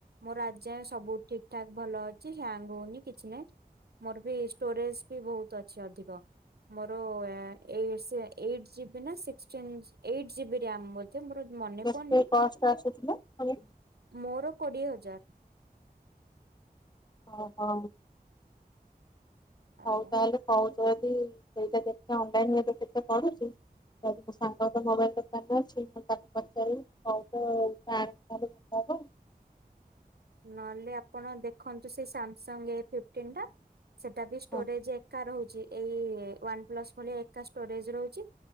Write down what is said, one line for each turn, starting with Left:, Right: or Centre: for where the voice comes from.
Right: ମୋର ଆଜାଏ ସବୁ ଠିକ୍ ଠାକ୍ ଭଲ ଅଛି ହ୍ୟାଙ୍ଗ୍ ହୋଉନି କିଛି ନାହିଁ। ମୋର୍ ବି ଷ୍ଟୋରେଜ୍ ବି ବହୁତ୍ ଅଛି ଅଧିକ। ମୋର ଏ। ଏଇଟ୍ସ ଏଇଟ୍ ଜିବି ନା ସିକ୍ସଟିନ୍ ଏଇଟ୍ ଜିବି ରାମ୍ ମ ବ ଏକଜାଟ୍ ମୋର ମନେ
Left: କେତେ
Right: ପଡୁନି
Left: କଷ୍ଟ ଆସୁଛି ଲୋ ପୁଣି
Right: ମୋର କୋଡିଏ ହଜାର।
Left: ଓ ହୋ।
Right: ଆଜ୍ଞା।
Left: ହଉ ତାହେଲେ କହୁଛ ଯଦି ସେଇଟା ଦେଖ ଅନଲାଇନ୍ ରେ କେତେ ପଡୁଛି। ଆ ମୋ ସାଙ୍ଗ ତ ମୋବାଇଲ୍ ଦୋକାନ‌ଅଛି ମୁଁ ତାକୁ ପଚାରିବି। ହଉତ <unintelligible> ହବ
Right: ନହେଲେ ଆପଣ ଦେଖନ୍ତୁ ସେ ସାମସଙ୍ଗ୍ ଏ ଫିପ୍ଟିନ୍ ଟା ସେଟା ବି ଷ୍ଟୋରେଜ୍।
Left: ଆଉ।
Right: କା ରହୁଛି ଏଇ ୱାନ୍ ପ୍ଲସ୍ ଭଳି ଏକା ଷ୍ଟୋରେଜ୍ ରହୁଛି।